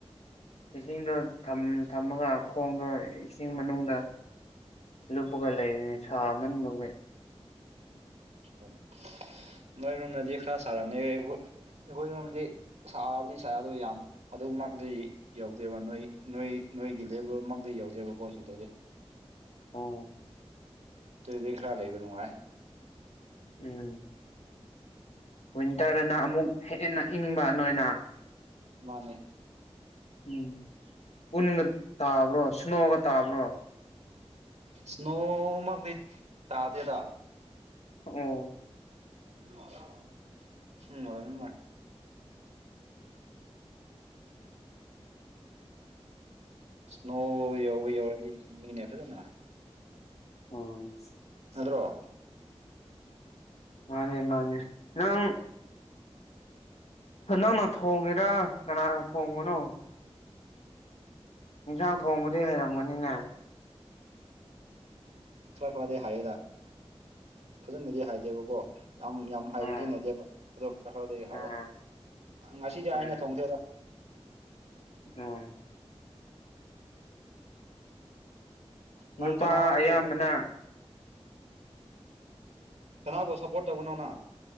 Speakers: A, on the left (about 80°); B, on the right (about 85°).
A: ꯏꯁꯤꯡꯗꯣ ꯊꯝꯃꯒ ꯈꯣꯡꯗꯣ ꯏꯁꯤꯡ ꯃꯅꯨꯡꯗ ꯂꯨꯞꯄꯒ ꯂꯩꯔꯤꯅꯦ ꯁꯥꯃꯟꯕꯒꯤ
B: ꯎꯝ ꯅꯣꯏ ꯔꯨꯝꯗꯗꯤ ꯈꯔ ꯁꯥꯔꯝꯅꯦ ꯑꯩꯈꯣꯏ ꯔꯨꯝꯗꯤ ꯁꯥꯥꯕꯨꯗꯤ ꯁꯥꯏ ꯗ‌ꯣ ꯌꯥꯝ ꯑꯗꯨ ꯃꯇꯤ ꯌꯧꯗꯦꯕ ꯅꯣꯏ ꯅꯣꯏ ꯅꯣꯏꯒꯤ ꯂꯦꯕꯔ ꯃꯛꯇ ꯌꯥꯎꯗꯦꯕꯀꯣ ꯁꯤꯗꯗꯤ
A: ꯑꯣ
B: ꯑꯗꯨꯗꯤ ꯈꯔ ꯂꯩꯕ ꯅꯨꯡꯉꯥꯏ
A: ꯎꯝ ꯋꯤꯟꯇꯔꯗꯅ ꯑꯃꯨꯛ ꯍꯦꯟꯅ ꯏꯪꯕ ꯅꯣꯏꯅ
B: ꯃꯥꯅꯦ
A: ꯎꯝ ꯎꯟꯒ ꯇꯥꯕ꯭ꯔꯣ ꯁ꯭ꯅꯣꯒ ꯇꯥꯕ꯭ꯔꯣ
B: ꯁ꯭ꯅꯣ ꯃꯛꯗꯤ ꯊꯥꯗꯦꯗ
A: ꯑꯣ
B: <unintelligible> ꯏꯁ꯭ꯅꯣ ꯌꯧꯕ ꯌꯧꯔꯗꯤ ꯏꯅꯤꯅꯦ ꯐꯖꯅ
A: ꯎꯝ
B: ꯅꯠꯇ꯭ꯔꯣ
A: ꯃꯥꯅꯦ ꯃꯥꯅꯦ ꯅꯪ ꯅꯪꯅ ꯊꯣꯡꯉꯤꯔ ꯀꯅꯥꯅ ꯊꯣꯡꯕꯅꯣ ꯏꯟꯁꯥꯡ ꯊꯣꯡꯕꯗꯤ ꯍꯩꯔꯝꯒꯅꯤꯅꯦ
B: ꯈ꯭ꯔꯥ ꯈ꯭ꯔꯗꯤ ꯍꯩꯌꯦꯗ ꯐꯖꯅꯗꯤ ꯍꯥꯏꯗꯦꯕꯀꯣ ꯌꯥꯝ ꯌꯥꯝ ꯍꯥꯏꯕꯗꯤ
A: ꯑꯣ
B: ꯅꯗꯦꯕ ꯑꯗꯣ ꯈꯔ ꯈꯔꯗꯤ ꯍꯥꯏꯌꯦ
A: ꯎꯝ
B: ꯉꯁꯤꯗꯤ
A: ꯎꯝ
B: ꯑꯩꯅ ꯊꯣꯡꯗꯦꯗ
A: ꯑꯣ
B: ꯅꯪ
A: ꯅꯨꯄꯥ
B: ꯀꯅꯥ
A: ꯑꯌꯥꯝꯕꯅ
B: ꯕ‌ꯣꯜ ꯁꯄ‌ꯣꯔꯠ ꯀꯅꯥ ꯕ‌ꯣꯜ ꯁꯞꯄꯣꯔꯠ ꯇꯧꯕꯅꯣꯅ